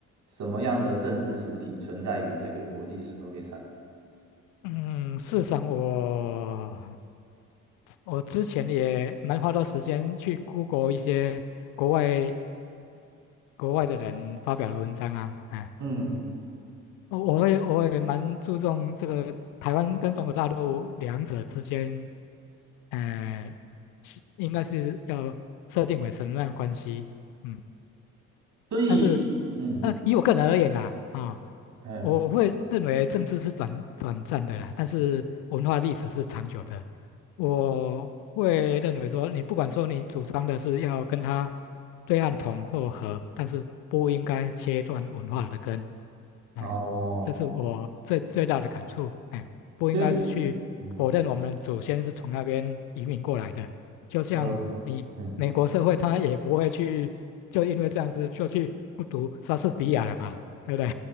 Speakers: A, on the right (about 45°); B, on the left (about 55°).
A: 什么样的政治实体存在于这个国际社会上？
B: 嗯，事实上我我之前也蛮花多时间去 Google 一些国外国外的人发表的文章啊，哎。
A: 嗯，
B: 我我会我也蛮注重这个台湾跟中国大陆两者之间，呃，是应该是要设定为什么样的关系，嗯，
A: 所以，
B: 但是，
A: 嗯，
B: 呃，以我个人而言呐，啊、
A: 哎，
B: 我会认为政治是短短暂的啦，但是文化历史是长久的。我会认为说，你不管说你主张的是要跟他对岸统或和，但是不应该切断文化的根。哎，
A: 哦，
B: 这是我最最大的感触。哎，不应该是去否认我们祖先是从那边移民过来的。
A: 所以，嗯，
B: 就像你美国社会，
A: 呃，嗯，
B: 他也不会去就因为这样子就去不读莎士比亚了吧，对不对？